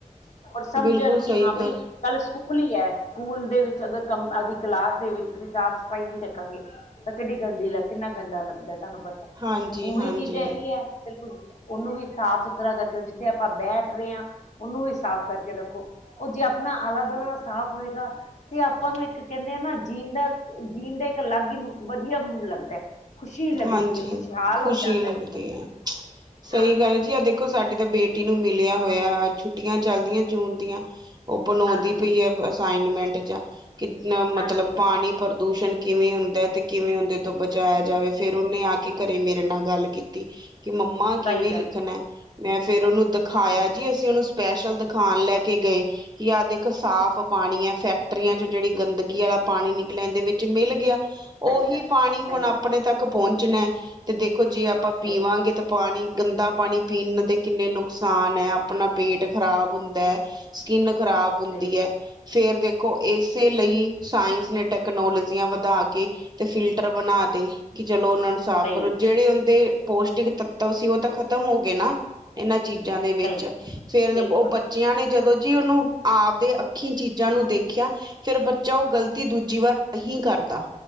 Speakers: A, on the left; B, on the right.
A: ਔਰ ਸਮਝਣ
B: ਬਿਲਕੁਲ
A: ਕਿ
B: ਸਹੀ
A: ਹਾਂ
B: ਗੱਲ।
A: ਬਾਈ ਕੱਲ। ਸਕੂਲ ਹੀ ਹੈ ਸਕੂਲ ਦੇ ਵਿੱਚ ਅਗਰ ਕੰਮ ਆਦਿ ਆਵਦੀ ਕਲਾਸ ਦੇ ਵਿੱਚ ਤੁਸੀਂ ਸਾਫ਼ ਸਫਾਈ ਨਹੀਂ ਰੱਖਾਂਗੇ ਤਾਂ ਕਿੰਡੀ ਗੰਦੀ ਲੱਗਦੀ ਕਿੰਨਾ ਗੰਦਾ ਲੱਗਦਾ ਤੁਹਾਨੂੰ ਪਤਾ
B: ਹਾਂਜੀ-ਹਾਂਜੀ,
A: ਉਹੀ ਚੀਜ਼ਾਂ ਹੈਗੀ ਹੈ। ਉਹਨੂੰ ਵੀ ਸਾਫ ਸੁਥਰਾ ਕਰਕੇ ਜਿੱਥੇ ਆਪਾਂ ਬੈਠ ਰਹੇ ਹਾਂ ਉਹਨੂੰ ਵੀ ਸਾਫ਼ ਕਰਕੇ ਰੱਖੋ। ਉਹ ਜੇ ਆਪਣਾ ਆਲਾ ਦੁਆਲਾ ਸਾਫ਼ ਹੋਏਗਾ ਤੇ ਆਪਾਂ ਨੂੰ ਇੱਕ ਕਹਿੰਦੇ ਆ ਨਾ ਜੀਣ ਦਾ ਜੀਣ ਦਾ। ਇੱਕ ਅਲੱਗ ਹੀ ਵਧੀਆ ਨੂੰ ਲੱਗਦਾ। ਖੁਸ਼ੀ ਲੱਗਦੀ
B: ਹਾਂਜੀ
A: ਹੈ ਖੁਸ਼ਹਾਲ
B: ਖੁਸ਼ੀ
A: ਹੋ ਜਾਂਦਾ
B: ਲੱਗਦੀ
A: ਜੀਵਨ
B: ਹੈ ਸਹੀ
A: ਹਾਂਜੀ
B: ਗੱਲ ਜੀ ਆ ਦੇਖੋ ਸਾਡੀ ਤਾਂ ਬੇਟੀ। ਬੇਟੀ ਨੂੰ ਮਿਲਿਆ ਹੋਇਆ ਛੁੱਟੀਆਂ ਚਲਦੀਆਂ ਜੂਨ ਦੀਆਂ। ਉਹ ਬਣਾਉਂਦੀ
A: ਹਾਂਜੀ
B: ਪਈ ਹੈ ਅਸਾਈਨਮੈਂਟ ਜਾਂ ਕਿੰਨਾ ਮਤਲਬ
A: ਹਾਂਜੀ ਹਾਂ
B: ਪਾਣੀ, ਪ੍ਰਦੂਸ਼ਣ। ਕਿਵੇਂ ਹੁੰਦਾ ਤੇ ਕਿਵੇਂ ਉਹਦੇ ਤੋਂ ਬਚਾਇਆ ਜਾਵੇ ਫੇਰ ਉਹਨੇ ਆ ਕੇ ਘਰੇ ਮੇਰੇ ਨਾਲ ਗੱਲ ਕੀਤੀ। ਕਿ ਮੰਮਾ ਕਿਵੇਂ
A: ਸਹੀ ਗੱਲ
B: ਲਿਖਣਾ ਹੈ। ਮੈਂ ਫੇਰ ਉਹਨੂੰ ਦਿਖਾਇਆ
A: ਹਾਂਜੀ
B: ਜੀ ਅਸੀਂ ਉਹਨੂੰ। ਸਪੈਸ਼ਲ ਦਿਖਾਣ ਲੈ ਕੇ ਗਏ ਕਿ ਆਹ ਦੇਖ ਸਾਫ਼ ਪਾਣੀ ਹੈ। ਫੈਕਟਰੀਆਂ 'ਚ ਜਿਹੜੀ ਗੰਦਗੀ ਵਾਲਾ। ਪਾਣੀ ਨਿਕਲੀਆਂ ਇਹ ਦੇ ਵਿੱਚ ਮਿਲ ਗਿਆ।
A: ਸਹੀ
B: ਉਹੀ
A: ਗੱਲ ਹੈ
B: ਪਾਣੀ ਹੁਣ
A: ਸਹੀ
B: ਆਪਣੇ ਤੱਕ ਪਹੁੰਚਣਾ ਤੇ ਦੇਖੋ ਜੇ ਆਪਾਂ ਪੀਵਾਂਗੇ
A: ਸਹੀ
B: ਤਾਂ। ਪਾਣੀ ਗੰਦਾ ਪਾਣੀ ਪੀਣ ਦੇ ਕਿੰਨੇ ਨੁਕਸਾਨ ਹੈ। ਆਪਣਾ ਪੇਟ ਖ਼ਰਾਬ ਹੁੰਦਾ ਹੈ। ਸਕਿੰਨ ਖ਼ਰਾਬ ਹੁੰਦੀ
A: ਸਹੀ
B: ਹੈ। ਫੇਰ ਦੇਖੋ ਇਸੇ ਲਈ? ਸਾਇੰਸ ਨੇ ਟੈਕਨੋਲੋਜੀਆਂ ਵਧਾ ਕੇ ਤੇ ਫਿਲਟਰ ਬਣਾ ਤੇ। ਕਿ ਚਲੋ ਉਹਨਾਂ ਨੂੰ ਸਾਫ਼
A: ਸਹੀ
B: ਕਰੋ। ਜਿਹੜੇ ਉਹਦੇ ਪੋਸ਼ਟਿਕ ਤੱਤਵ ਸੀ ਉਹ ਤਾਂ ਖ਼ਤਮ ਹੋ ਗਏ ਨਾ। ਇਹਨਾਂ ਚੀਜ਼ਾਂ ਦੇ ਵਿੱਚ
A: ਸਹੀ
B: ਫੇਰ
A: ਬਿਲਕੁਲ
B: ਉਹ
A: ਬਿਲਕੁਲ
B: ਬੱਚਿਆਂ ਨੇ ਜਦੋਂ ਜੀ ਉਹਨੂੰ ਆਪਦੇ। ਅੱਖੀ ਚੀਜ਼ਾਂ ਨੂੰ ਦੇਖਿਆ ਫੇਰ ਬੱਚਾ ਉਹ ਗ਼ਲਤੀ ਦੂਜੀ ਵਾਰ ਨਹੀਂ ਕਰਦਾ।